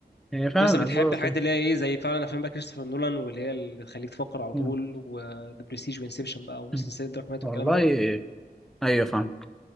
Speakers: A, in the centre; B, on the left (about 75°).
A: هي
B: انت
A: فعلا
B: بس بتحب
A: اذواق
B: حاجات
A: كده
B: اللي هي ايه زي فعلا افلام بقى كريستوفر نولان واللي هي اللي تخليك تفكر على
A: مم.
B: طول وذا برستيج وانسبشن بقى وسلسله
A: مم.
B: دارك نايت
A: والله
B: والكلام ده
A: ايوه فاهم